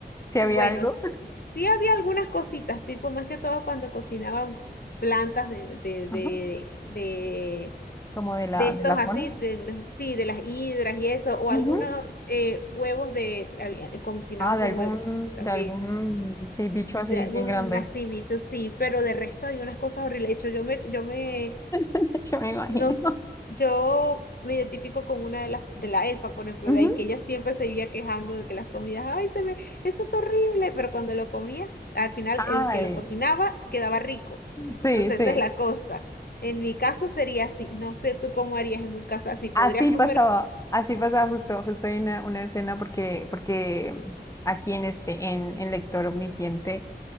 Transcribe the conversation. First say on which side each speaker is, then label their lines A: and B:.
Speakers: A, on the left; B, on the left.
A: Si había
B: bueno,
A: algo,
B: s- sí había algunas cositas, tipo más que todo cuando cocinaban plantas de, de, de,
A: ajá,
B: de
A: como de la,
B: de estos
A: de la zona.
B: así, de los- sí, de las hidras y eso, o
A: Ujú.
B: algunos eh, huevos de, había- eh, cocinaban
A: Ah, de
B: con
A: algún,
B: huevos
A: de
B: también,
A: algún, sí, bicho
B: de
A: así
B: algún
A: bien grande.
B: así bicho, sí, pero de resto hay unas cosas horribles. De hecho, yo me, yo me
A: <laughs> Yo me imagino.
B: nos, yo me identifico con una de las, de la elfa, por ejemplo,
A: Ujú.
B: de ahí que ella siempre se vivía quejando de que las comidas, ay, se me, eso es horrible, pero cuando lo comía, al final
A: Ay,
B: el que lo cocinaba quedaba rico.
A: sí,
B: Entonces,
A: sí.
B: esa es la cosa. En mi caso sería así. No sé tú cómo harías en un caso así. ¿Podrías
A: Así
B: comer?
A: pasaba, así pasaba justo, justo hay una, una escena porque, porque aquí en este, en, en Lector Omnisciente.